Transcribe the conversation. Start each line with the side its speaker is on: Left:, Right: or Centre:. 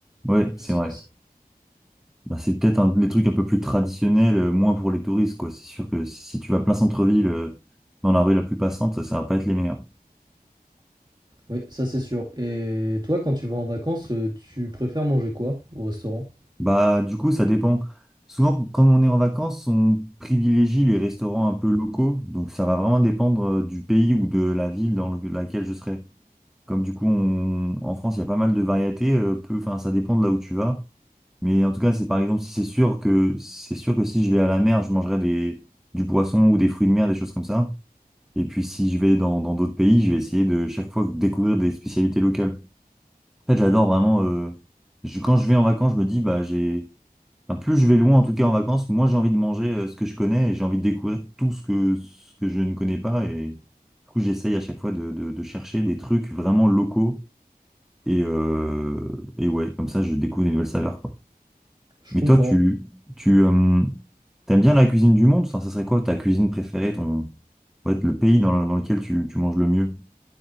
Centre: Ouais,
Right: Je
Centre: c'est
Right: sais
Centre: vrai.
Right: pas si-
Centre: Bah, c'est peut-être un des trucs un peu plus traditionnels, euh, moins pour les touristes, quoi. C'est sûr que si tu vas plein centre-ville, euh, dans la rue la plus passante, ça va pas être les meilleurs.
Right: Oui, ça c'est sûr. Et toi, quand tu vas en vacances, euh, tu préfères manger quoi au restaurant?
Centre: Bah, du coup, ça dépend. Souvent, comme on est en vacances, on privilégie les restaurants un peu locaux. Donc, ça va vraiment dépendre euh, du pays ou de la ville dans le- laquelle je serai. Comme du coup, on- en France, il y a pas mal de variétés. euh, peu, enfin, ça dépend de là où tu vas. Mais en tout cas, c'est par exemple, si c'est sûr que c'est sûr que si je vais à la mer, je mangerai des, du poisson ou des fruits de mer, des choses comme ça. Et puis, si je vais dans, dans d'autres pays, je vais essayer de chaque fois découvrir des spécialités locales. En fait, j'adore vraiment. euh, je- quand je vais en vacances, je me dis, bah, j'ai Enfin, plus je vais loin, en tout cas en vacances, moins j'ai envie de manger euh, ce que je connais et j'ai envie de découvrir tout ce que, ce que je ne connais pas. Et du coup, j'essaye à chaque fois de, de, de chercher des trucs vraiment locaux. Et, euh, et ouais, comme ça, je découvre des nouvelles saveurs, quoi.
Right: Je
Centre: Mais
Right: comprends.
Centre: toi, tu, tu euh, t'aimes bien la cuisine du monde? Ça, ça serait quoi ta cuisine préférée, ton, ouais, le pays dans, le dans lequel tu, tu manges le mieux?